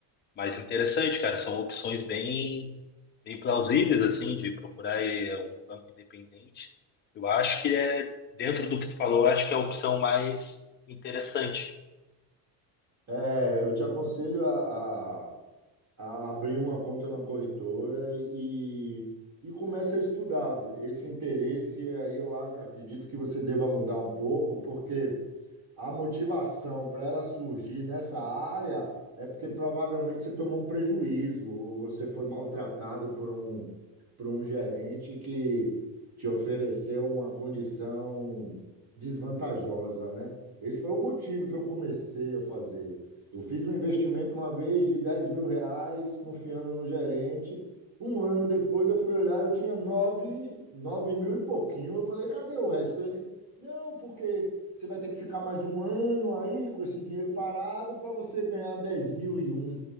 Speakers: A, on the left; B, on the right.
A: Mas interessante, cara, são opções bem, bem plausíveis, assim, de procurar eh, um banco independente. Eu acho que é, dentro do que tu falou, eu acho que é a opção mais interessante.
B: é, eu te aconselho a, a- a abrir uma conta na corretora e, e comece a estudar. Esse interesse aí eu a- acredito que você deva mudar um pouco, porque a motivação para ela surgir nessa área é porque provavelmente você tomou um prejuízo ou você foi maltratado por um, por um gerente que te ofereceu uma condição desvantajosa, né? Esse foi o motivo que eu comecei a fazer. Eu fiz um investimento uma vez de dez mil reais, confiando no gerente. Um ano depois eu fui olhar, eu tinha nove, nove mil e pouquinho. Eu falei, cadê o resto? Ele, não, porque você vai ter que ficar mais um ano aí com esse dinheiro parado para você ganhar dez mil e um,